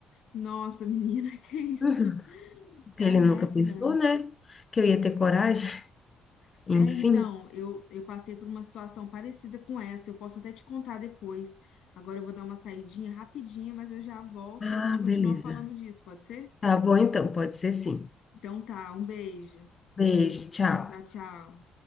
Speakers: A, on the left; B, on the left.
A: Nossa, menina, <laughs> que isso?
B: Uhum. Porque
A: Caraca,
B: ele nunca pensou,
A: cara.
B: né? Que eu ia ter coragem. Enfim.
A: É, então, eu, eu passei por uma situação parecida com essa. Eu posso até te contar depois. Agora eu vou dar uma saidinha rapidinha, mas eu já volto
B: Ah,
A: e a gente continua
B: beleza.
A: falando disso, pode ser?
B: Tá bom então, pode ser sim.
A: Então tá, um beijo.
B: Beijo, tchau.
A: Tchau, tchau.